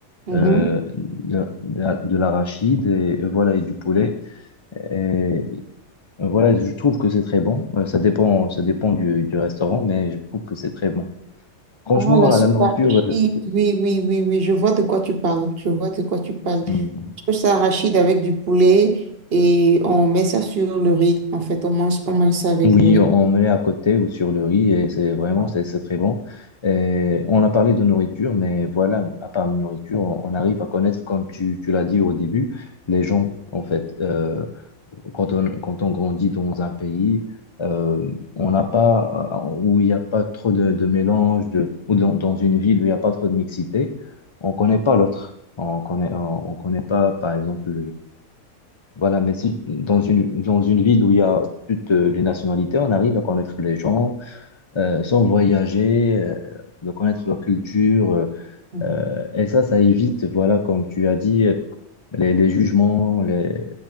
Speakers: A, on the right (about 45°); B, on the left (about 50°).
A: Mhm.
B: euh, de, de- de l'arachide et, et voilà, et du poulet. Et euh, voilà, je trouve que c'est très bon. Euh, Ça dépend, ça dépend du, du restaurant, mais je trouve que c'est très bon. Franchement,
A: Ah, la sauce
B: à la nourriture,
A: arachide,
B: euh,
A: oui, oui, oui, oui, je vois de quoi tu parles, je vois de quoi tu parles.
B: hmm,
A: Sauce arachide avec du poulet et on met ça sur le riz, en fait, on mange, on mange ça avec
B: Oui,
A: le riz.
B: on met à côté ou sur le riz et c'est vraiment
A: Ouais.
B: c'est c'est très bon. Et on a parlé de nourriture, mais voilà, à part la nourriture, on, on arrive à connaître, comme tu, tu l'as dit au début, les gens en fait. Euh, quand on quand on grandit dans un pays, euh, on n'a pas euh, où il n'y a pas trop de, de mélange de ou dans, dans une ville où il n'y a pas trop de mixité, on connaît pas l'autre. On connaît on, on connaît pas par exemple voilà, mais si dans une, dans une ville où il y a toutes euh, les nationalités, on arrive à connaître les gens, euh, sans voyager, euh, de connaître leur culture. euh,
A: Mhm.
B: euh, et ça, ça évite, voilà, comme tu as dit, euh, les, les jugements, les,